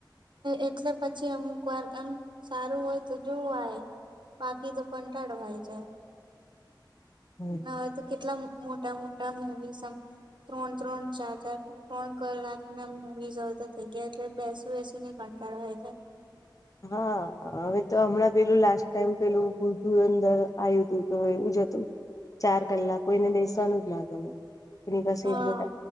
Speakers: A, on the right (about 75°); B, on the left (about 45°).
A: એ પછી અમુક વાર અમક સારું હોય. જોવાય બાકી તો કંટાળો આવી જાય.
B: હમ
A: ન હવે તો કેટલા મોટા મોટા મવીસમ ત્રણ ત્રણ ચાર ચાર ત્રણ કલાક ના મુવીઝ હવ તો થઈ ગયા. એટલે બેસું બેસુ ને કંટાળો આય જાય
B: હા... હા હવે તો હમણાં પેલું લાસ્ટ ટાઈમ પેલું ધુરઅંદર આવ્યું હતું, તો એવું જ હતું. ચાર કલાક કોઈને બેસવાનું જ ગમે. એની પાસે
A: હા
B: એટલ